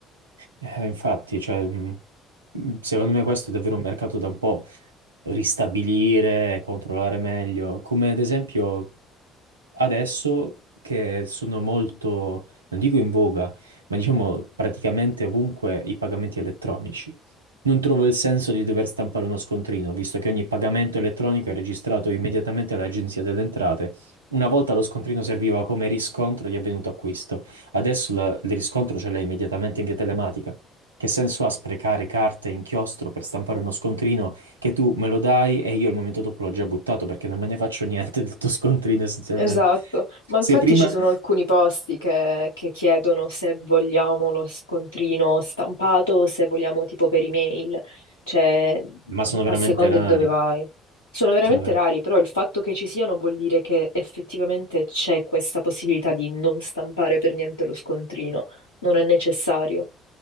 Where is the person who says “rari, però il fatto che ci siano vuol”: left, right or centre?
Left